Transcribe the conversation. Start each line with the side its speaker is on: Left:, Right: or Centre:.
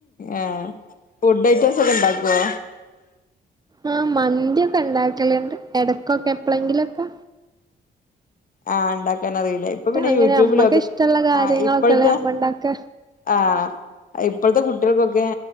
Left: ആഹ ഫുഡ് ഐറ്റംസ് ഒക്കെ ഇണ്ടാക്കുവോ
Right: ആഹ മന്തിയൊക്കെ ഉണ്ടാക്കലണ്ട് ഇടക്കൊക്കെ എപ്പഴെങ്കിലുംൊക്കെ
Left: ആഹ ഉണ്ടാക്കാൻ അറിയില്ല ഇപ്പൊ പിന്നെ
Right: അങ്ങനെ
Left: യൂട്യൂബിലൊക്കെ
Right: അമ്മക്ക് ഇഷ്ടമുള്ള കാര്യങ്ങളൊക്കെല്ലേ
Left: ആ ഇപ്പോഴത്തെ
Right: അമ്മ ഉണ്ടാക്ക
Left: ആഹ ഇപ്പോഴത്തെ കുട്ടികൾക്കൊക്കെ